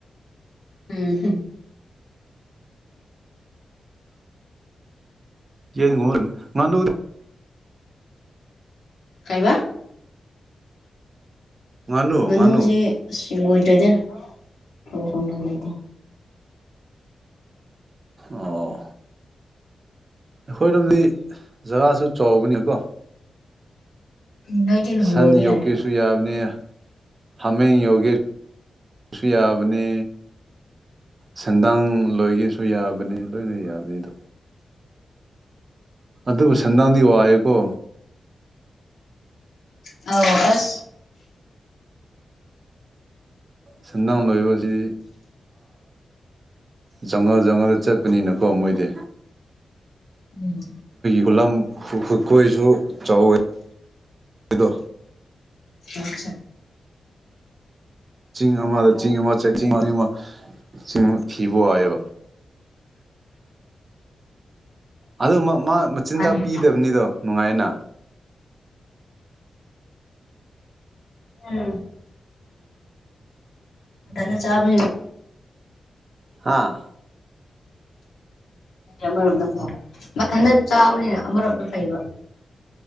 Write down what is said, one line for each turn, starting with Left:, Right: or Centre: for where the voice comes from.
Left: ꯎꯝ
Right: ꯌꯦ ꯀꯨꯝꯔ ꯉꯥꯟꯅ
Left: ꯀꯥꯏꯕ
Right: ꯉꯥꯅꯨ
Left: ꯉꯥꯅꯨꯁꯦ
Right: ꯉꯥꯅꯨ
Left: ꯑꯁ ꯂꯣꯏꯗ꯭ꯔꯗ ꯂꯩꯦ
Right: ꯑꯣ ꯑꯩꯈꯣꯏꯔꯣꯝꯗꯤ ꯖꯒꯥꯁꯨ ꯆꯥꯎꯕꯅꯤꯀꯣ
Left: ꯅꯣꯏꯗꯤ
Right: ꯁꯟ
Left: ꯂꯣꯏꯕ
Right: ꯌꯣꯛꯀꯦꯁꯨ
Left: ꯌꯥꯔꯦ
Right: ꯌꯥꯕꯅꯤ ꯍꯥꯃꯦꯡ ꯌꯣꯒꯦꯁꯁꯨ ꯌꯥꯕꯅꯦ ꯁꯦꯟꯗꯥꯡ ꯂꯣꯏꯒꯦꯁꯨ ꯌꯥꯕꯅꯤ ꯂꯣꯏꯅ ꯌꯥꯕꯅꯤꯗꯣ ꯑꯗꯨꯕꯨ ꯁꯟꯗꯡꯗꯤ ꯋꯥꯑꯦꯀꯣ
Left: ꯑ ꯑꯁ
Right: ꯁꯤꯟꯗꯪ ꯂꯣꯏꯕꯁꯤ ꯖꯪꯒꯜ ꯖꯪꯒꯜꯗ ꯆꯠꯄꯅꯤꯅꯀꯣ ꯃꯣꯏꯗꯤ
Left: ꯎꯝ
Right: ꯈꯨꯠꯂꯝ ꯍꯨꯠꯀꯣꯏꯁꯨ ꯆꯥꯎꯋꯤꯗꯣ
Left: ꯑꯁꯦ
Right: ꯆꯤꯡ ꯑꯃꯗ ꯆꯤꯡ ꯑꯃ ꯆꯥꯛ ꯆꯤꯡ ꯑꯅꯤ ꯑꯃ ꯆꯤꯡ ꯊꯤꯕ ꯍꯥꯏꯑꯕ ꯑꯗ ꯃ ꯃꯥ ꯃꯆꯤꯟꯖꯥꯛ
Left: ꯃꯥꯅꯤ
Right: ꯄꯤꯗꯕꯅꯤꯗꯣ ꯅꯨꯡꯉꯥꯏꯅ
Left: ꯎꯝ ꯃꯊꯅ ꯆꯥꯕꯕꯣ
Right: ꯍꯥꯥ
Left: ꯑꯃꯔꯣꯝꯗ ꯆꯥꯕ ꯃꯊꯟꯇ ꯆꯥꯕꯅꯤꯅ ꯑꯃꯔꯣꯝꯗ ꯐꯩꯕ